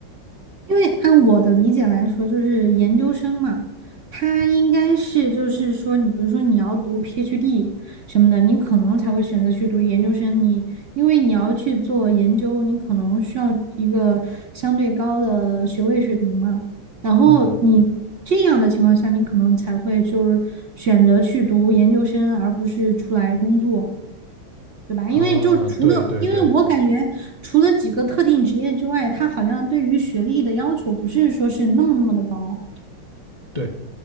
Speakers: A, on the right; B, on the left.
A: 因为按我的理解来说，就是研究生嘛，他应该是就是说，你比如说你要读 PhD 什么的，你可能才会选择去读研究生。你因为你要去做研究，你可能需要一个相对高的学位水平嘛。然后你这样的情况下，
B: 嗯
A: 你可能才会就是选择去读研究生，而不是出来工作。对吧？
B: 啊，
A: 因为就除了，
B: 对对对
A: 因为我感觉除了几个特定职业之外，它好像对于学历的要求不是说是那么那么的高。
B: 对，